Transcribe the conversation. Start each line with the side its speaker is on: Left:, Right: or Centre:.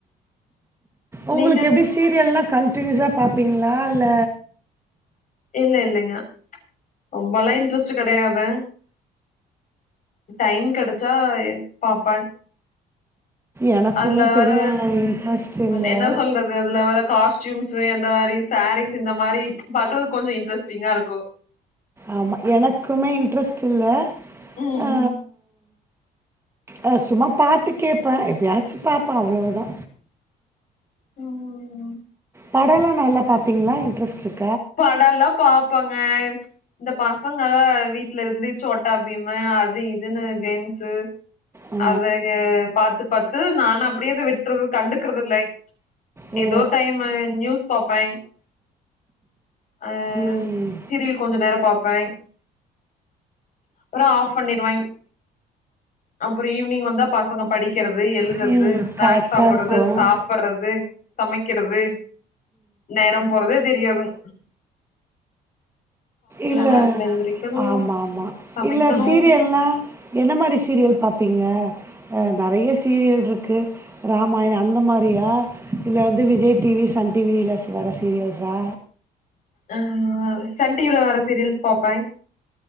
Right: உங்களுக்கு
Left: நீங்க
Right: எப்பிடி சீரியல்லெலா கண் டினியுசா பாப்பீங்களா இல்ல
Left: இல்ல இல்லைங்க ரொம்பெல்லா இன்ட்ரெஸ்ட் கெடையாது டைம் கிடைச்சா பாப்பன்
Right: எனக்குமே
Left: அதுல வேற
Right: பெரிய இன்ட்ரெஸ்ட் இல்லை
Left: என்ன சொல்றது அதுல வேற காஸ்டியூம்ஸ் எந்த மாரி சாரீஸ் இந்த மாரி பாத்து கொஞ்ச இன்ட்ரெஸ்டிங்கா இருக்கு
Right: ஆமா எனக்குமே இன்ட்ரெஸ்ட் இல்ல
Left: ம்
Right: அ
Left: ம்
Right: அ சும்மா பாட்டு கேடப்பே எப்பியாச்சு பாப்ப அவ்ளவுதா
Left: ம் ம் ம்
Right: படல்லா நல்ல பாப்பீங்களா இன்டரஸ்ட் இருக்
Left: படல்லா பாப்பாங்க இந்த பச இவங்கல்லா வீட்ல இருந்து சோட்டா பீமு அது இதுன்னு கேம்ஸ்
Right: ஆ.
Left: அத ஏ பாத்து பத்து நானு அப்பிடியேத விட்டறது கண்டுக்குறதில்ல
Right: ஓ!
Left: எதோ ஒரு டைம் நியூஸ் பாப்பே அ
Right: ம்.
Left: சீரியல் கொஞ்ச நேரோ பாப்பேங் அப்புறோ ஆஃப் பண்ணிருவேங் அப்புறோ ஈவினிங் வந்தா பசங்க படிக் படிக்கிறது எழுதுறது
Right: ம்.
Left: ஸ்நேக்ஸ்
Right: கரெக்ட்டா
Left: சாப்படுறது
Right: இருக்கும்.
Left: சாப்படுறது சமைக்கிறது நேரம் போறதே தெரியாதுங்
Right: இல்ல
Left: நேரத்துல எந்திரிக்கணு
Right: ஆமா ஆமா
Left: சமைக்கணு
Right: இல்ல சீரியல்னா என்ன மாரி சீரியல் பாப்பீங்க அ நறைய சீரியல் இருக்கு ராமாயணோ அந்த மாரியா இல்ல வந்து விஜய் டிவி சன் டிவில்லஸ் வர சீரியல்ஸா
Left: அ சன் டிவில வர சீரியல்ஸ் பாப்பேங்